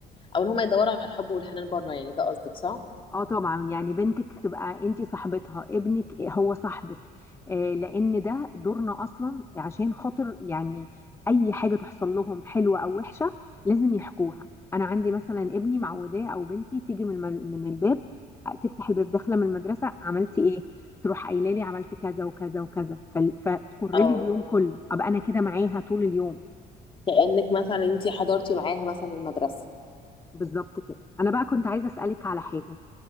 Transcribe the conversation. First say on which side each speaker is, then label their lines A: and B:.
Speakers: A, on the left (about 30°); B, on the left (about 15°).
A: او ان هم يدوروا على الحب والحنان بره يعني ده قصدك صح؟
B: اه طبعا يعني بنتك تبقى انت صاحبتها ابنك هو صاحبك آه، لان ده دورنا اصلا عشان خاطر يعني اي حاجه تحصل لهم حلوه او وحشه لازم يحكوها انا عندي مثلا ابني معوداه او بنتي تيجي من الم- من الباب آه، تفتح الباب داخله من المدرسه عملتي ايه تروح قايله لي عملت كذا وكذا وكذا فال- فتكر لي
A: او
B: اليوم كله ابقى انا كده معاها طول اليوم
A: كانك مثلا انت حضرتي معاها مثلا المدرسه
B: بالظبط كده انا بقى كنت عايزه اسالك على حاجه